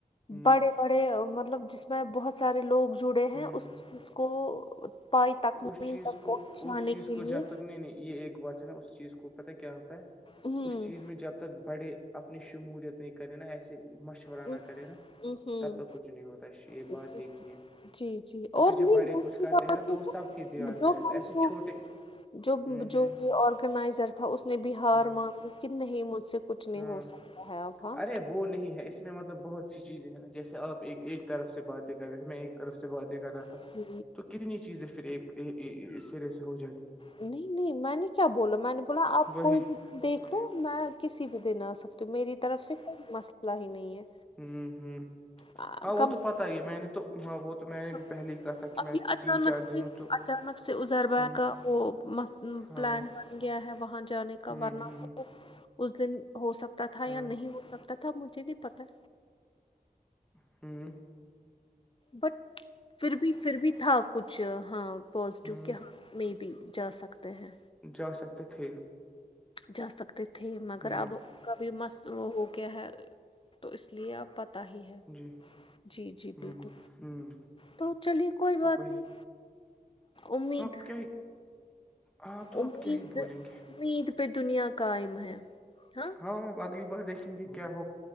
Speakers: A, in the centre; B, on the left.
A: ہ
B: بڑے بڑے مطلب جس میں بہت سارے لوگ جڑے
A: ہ
B: ہیں اس چیز کو پائی تکمیل
A: اس چیز
B: تک
A: کو
B: پہنچانے
A: اس چیز
B: کے
A: کو
B: لیے
A: جب تک نہیں نہیں یہ ایک بات ہے نا اس چیز کو پتا کیا ہوتا ہے
B: ہوں
A: اس چیز میں جب تک بڑے اپنی شمولیت نہیں کرے نا ایسے مشور
B: ہوں
A: کرینا
B: ہوں
A: تب توک کچھ نہیں ہوتا یہ
B: جی
A: بات ایک ہی ہے
B: جی جی
A: کیونکہ
B: اور
A: جب
B: نہیں
A: بڑے
B: دوسری
A: کچھ کرتے
B: بات
A: ہیں نا تو
B: ہے
A: وہ
B: کہ
A: سب کے دھیان
B: جو
A: میں رہتا
B: منسوخ
A: ہے ایسے چھوٹے
B: جو
A: ہ
B: جو
A: ہ
B: یہ آرگنائزر تھا اس نے بہار
A: ہاں
B: مانگ لی ک نہیں مجھ سے کچھ نہیں
A: ہاں
B: ہو سکتا ہے اب ہاں
A: ارے وہ نہیں ہے اس اس میں مطلب بہت سی چیزیں ہیں ن جیسے آپ ایک طرف سے باتیں کر رہے میں ایک طرف سے باتیں کر رہا تھا
B: جی
A: تو کتنی چیزیں پھر ایک اس سرے سے ہو جاتی ہیں
B: نہیں نہیں میں نے کیا بولا میں نے بولا
A: ہیں۔
B: آپ
A: وہی
B: کوئی بھی دیکھ
A: ہ
B: لو میں کسی بھی دن آ سکتی ہوں میری طرف سے کوئی مسئلہ ہی نہیں ہے
A: ہوں ہوں
B: آ،
A: ہاں
B: کم
A: وہ تو
B: سے
A: پتا ہی ہے میں نے تو ہاں وہ تو میں نے
B: کم
A: بھی پہلے ہی کہا تھا کہ میں
B: ابھی اچانک
A: تین چار
B: سے
A: دن ہوں تو
B: اچانک سے ازربا
A: ہ
B: کا وہ
A: ہاں
B: پلان بن گیا ہے وہاں جانے کا
A: ہ ہ
B: ورنہ اس دن ہو سکتا تھا
A: ہاں
B: یا نہیں ہو سکتا تھا مجھے نہیں پتاہ
A: ہوں
B: بٹ پھر بھی پھر بھی تھا کچھ ہاں پازیٹیو
A: ہ
B: کیااں میں بھی جا سکتے ہیں
A: جا سکتے تھے
B: جا سکتے تھے مگر
A: ہ
B: اب کا بھی مس وہ ہو گیا ہے تو اس لیے آپ پ پ ہی ہے
A: جی
B: جی جی
A: ہ
B: بالکل
A: ہ
B: تو چلیے کوئی بات
A: وہی
B: نہیں امید
A: ہاں آپ کیا ہی ہاں تو
B: امید
A: آپ کیا ہی بولیں گے
B: امید پہ دنیا کاائم ہے ہاں
A: ہاں آپ اگلی بار دیکھی بھی کیا ہو